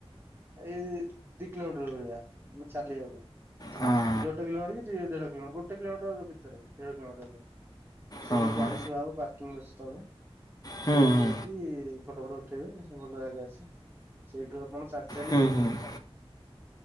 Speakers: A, on the right (about 20°); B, on the left (about 35°).
A: ଏଇ ଦି କିଲୋମିଟର ଭଳିଆ ମାନେ ଚାଲିିବାକୁ।
B: ହଁ
A: ଗୋେ କିଲୋମିଟର ଦ ଦେଢ କିଲୋଟ ଗୋେ କିଲୋମିଟର ଭିତ ଦେଢ଼ିଲୋମିଟର। ସେଠିକି
B: ହଁ ହଁ
A: ଗାଡିଥୁଆ ହବ ପାର୍କିଂ ଅଛି ତଳେ
B: ହୁଁ
A: ସେଇଠି ଥୋଇକି
B: ହୁଁ
A: ଫଟୋ ଫଟ ଉଠେଇବେ ସବୁ ଭଲ ଜାଗା ଅଛି ସେଇଠୁ ଆପଣ ଚାଲି
B: ହୁଁ
A: ଯିବେ
B: ହୁଁ ହୁଁ